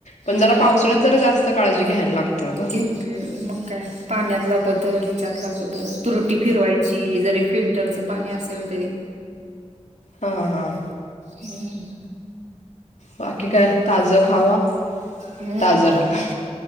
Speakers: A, on the left; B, on the right.
A: पण
B: हम्म
A: जरा पावसाळ्यात ज जास्त काळजी घ्यायला लागते. का
B: घेतले मग काय पाण्यातला बदल ह्याच्यातला बदल तुरुटी फिरवायची जरी फिल्टरच पाणी असेल. तरी
A: हा ह हां
B: हम्
A: बाकी काय ताजं खावा
B: हम्म
A: ताजं राहा